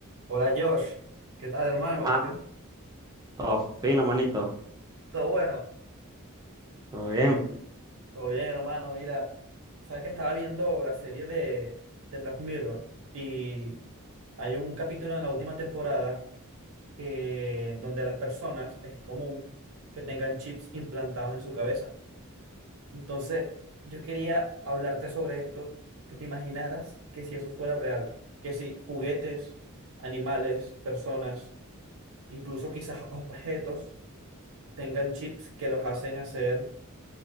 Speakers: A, on the right; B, on the right.
A: Hola Josh, ¿qué tal hermano?
B: ¿Qué más?
A: ¿Qué-
B: Todo fino, manito.
A: ¿Todo bueno?
B: Todo bien.
A: Todo bien hermano, mira, sabes que estaba viendo la serie de, de Black Mirror y hay un capítulo en la última temporada que donde a las personas es común que tengan chips implantados en su cabeza. Entonces, yo quería hablarte sobre esto, que te imaginaras que si eso fuera real, que si juguetes, animales, personas, incluso quizás objetos tengan chips que los hacen hacer